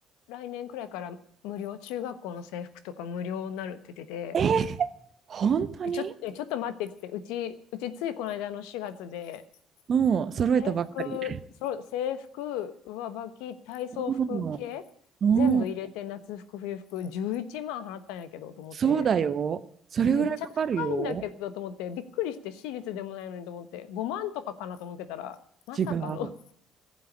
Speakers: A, on the left; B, on the right.
A: 来年くらいから無料、中学校の制服とか無料になるって言ってて、
B: えー、本当に
A: えちょ、えちょっと待ってって言って、うち、うちついこの間の4月で、
B: もう揃えたばっかり。
A: 制服、そう、制服、上履き、体操服系、
B: うん、
A: 全部入れて夏服、
B: うん、
A: 冬服、11万払ったんやけどと思って、
B: そうだよ。それぐらいかかるよ。
A: えめっちゃ高いんだけどと思って、びっくりして、私立でもないのにと思って、5万とかかなと思ってたら、まさかの
B: 違う。